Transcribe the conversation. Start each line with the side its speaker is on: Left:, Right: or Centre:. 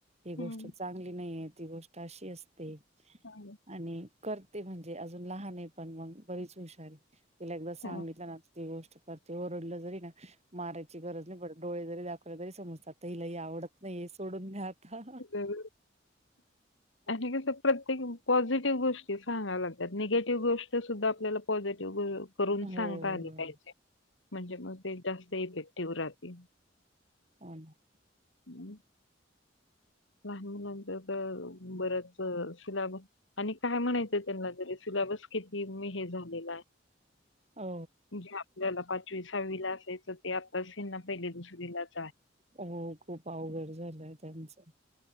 Right: ही गोष्ट
Left: हम्म.
Right: चांगली नाहीये, ती गोष्ट अशी असते
Left: ह <unintelligible>
Right: आणि करते म्हणजे, अजून लहान आहे पण मग बरीच हुशारी, तिला एकदा सांगितलं
Left: हम्म.
Right: ना ती गोष्ट करते,, वरडलं जरी ना, मारायची गरज नाही पडत, डोळे जरी दा ते लय समजतात त हिला हे आवडत नाही सोडून घ्या आता.
Left: हं. आणि कस प्रत्येक पॉझिटिव्ह गोष्टी सांगाय लागतात निगेटिव्ह गोष्ट सुद्धा आपल्याला पॉझिटिव्ह करुन करून
Right: हो.
Left: सांगता आली पाहिजे म्हणजे मग ते जास्त इफेक्टिव राहतील.
Right: <inaudible>
Left: हम्. लहान मुलांच तर बऱ्याच शिलाब आणि काय म्हणायचं त्यांना तरी सिलाबस किती मी हे झालेलाय.
Right: हो
Left: जे आपल्याला पाचवी सहावी ला असायचं ते आताच हेंना पहिली दुसरीलाय.
Right: हो खूप अवघड झालंय त्यांचं.